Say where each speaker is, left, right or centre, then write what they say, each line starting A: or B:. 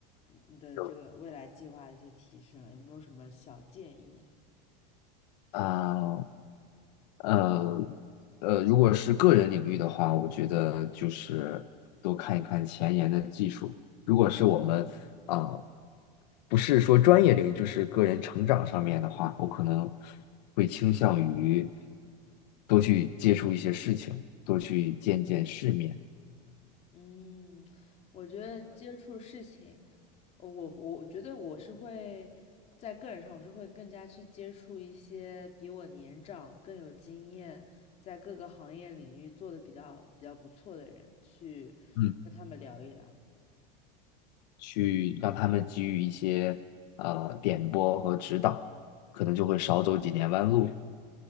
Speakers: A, on the left; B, on the left.
A: 你的这个未来计划的一些提升啊？
B: 有
A: 有没有什么小建议啊
B: 啊、呃呃，如果是个人领域的话，我觉得就是多看一看前沿的技术。如果是我们啊。呃不是说专业领域，就是个人成长上面的话，我可能会倾向于多去接触一些事情，多去见见世面，
A: 嗯，我觉得接触事情，呃我我觉得我是会在个人上，我是会更加去接触一些比我年长、更有经验，在各个行业领域做的比较比较不错的人，去跟他们聊一聊。
B: 嗯去让他们给予一些呃点拨和指导，可能就会少走几年弯路。